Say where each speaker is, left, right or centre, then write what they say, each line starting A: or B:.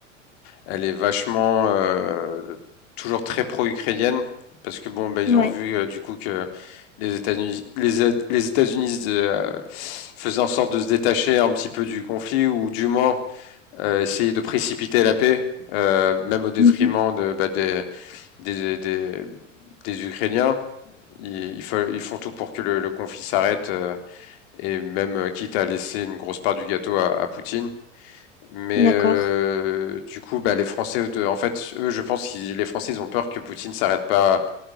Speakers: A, on the left; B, on the left.
A: elle est vachement euh, toujours très pro-ukrainienne parce que bon, bah, ils
B: Ouais.
A: ont vu euh, du coup que les États-Unis, les, A- les États-Unis euh, faisaient en sorte de se détacher un petit peu du conflit ou du moins euh, essayer de précipiter la paix, euh, même au détriment
B: Mhm.
A: de, bah, des, des, des, des Ukrainiens. Ils, ils, fe- ils font tout pour que le, le conflit s'arrête. euh, et même euh, quitte à laisser une grosse part du gâteau à, à Poutine. Mais
B: D'accord.
A: euh, du coup, bah, les Français, euh, en fait, eux, je pense que les Français, ils ont peur que Poutine s'arrête pas